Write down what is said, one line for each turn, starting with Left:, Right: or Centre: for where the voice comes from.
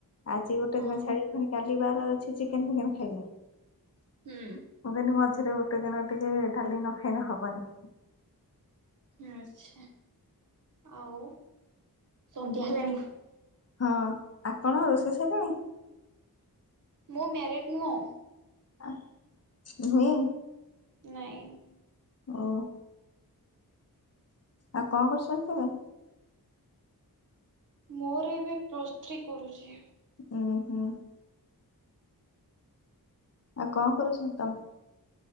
Left: ଆଜି ଗୋଟେ
Right: ହଁ
Left: ଦିନ ଛାଡିକି ଫୁଣି କାଲି ବାର ଅଛି ଚିକେନ ଫିକେନ ଖାଇବେ।
Right: ହୁଁ।
Left: ମୁଁ କହିଲି ମଝିରେ ଗୋଟେ ଦିନ ଟିକେ ଡ଼ାଲି ନ ଖାଇଲେ ହବନି।
Right: ଆଛା ଆଉ ସନ୍ଧ୍ୟା ହେଲାଣି?
Left: ହଁ ଆପଣ ରୋଷେଇ ସଇଲାଣି?
Right: ମୁଁ ମ୍ୟାରେଡ ନୁହଁ।
Left: ଆ ନୁହେଁ?
Right: ନାଇଁ।
Left: ଓ। ଆଉ କଣ କରୁଛନ୍ତି ତେବେ?
Right: ମୋର ଏବେ ପ୍ଲସ ଥ୍ରି କରୁଛି।
Left: ଓୁଁ ହୁଁ। ଆଉ କଣ କରୁଛ ତମେ?